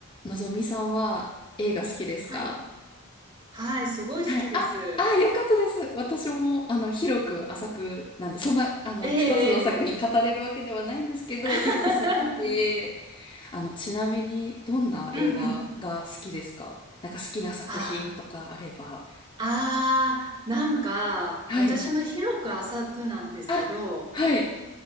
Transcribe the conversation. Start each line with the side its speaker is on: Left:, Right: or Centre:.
Left: のぞみさんは映画好きですか
Right: はい。はい、すごい好きです。
Left: はい。あ、あ、よかったです。私も、あの、広く浅くなんで、そんな、あの、
Right: ええ、
Left: 一つの作品語れるわけではないんですけど、
Right: ええ。<laughs>
Left: 結構好きで、あの、ちなみに、どんな映画が好きですかなんか好きな作品とかあれば。
Right: うんうん。ああ、ああ、なんか、
Left: はい。
Right: 私も広く浅くなんですけど、
Left: あ、はい。